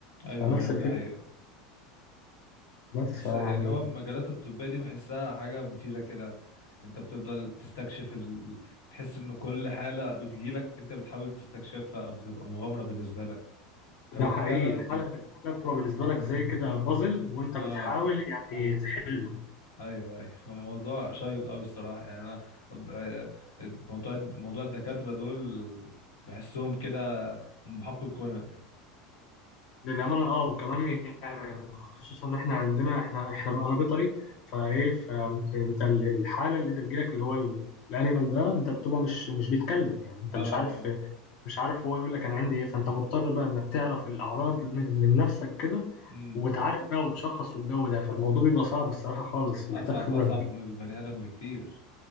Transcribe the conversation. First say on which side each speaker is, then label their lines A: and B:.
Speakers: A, on the left; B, on the left.
A: ايوه
B: فنفس
A: ايوه
B: الفكره
A: ده حقيقة
B: بس
A: بس
B: يعني
A: يعني هو المجالات الطبية دي بحسها حاجة مثيرة كده انت بتفضل تستكشف ال... تحس ان كل حالة بتجيلك انت بتحاول تستكشفها او بتبقى مغامرة بالنسبة لك
B: ده
A: الكلام
B: حقيقي
A: ده فعلا
B: الحلقة
A: ولا
B: الحلقة بتبقى بالنسبة لك زي كده بازل وانت
A: اه
B: بتحاول يعني تحله
A: ايوه ايوه <laughs> الموضوع شيق قوي الصراحة يعني انا ب- آه، موضوع موضوع الدكاترة دول بحسهم كده محقق كونان
B: للأمانة اه وكمان يعني خصوصا ان احنا عندنا احنا احنا بقى انا بيطري فايه فانت ال- الحالة اللي انت بتجيلك اللي هو ال- الانيمال ده انت بتبقى مش مش بيتكلم يعني انت
A: اه
B: مش عارف
A: اه
B: مش عارف هو يقول لك انا عندي ايه فانت مضطر بقى انك تعرف الاعراض من من نفسك كده
A: امم
B: وتعالج بقى وتشخص والجو ده فالموضوع بيبقى صعب الصراحة خالص
A: اصعب
B: محتاج خبرة
A: اصعب من البني ادم بكتير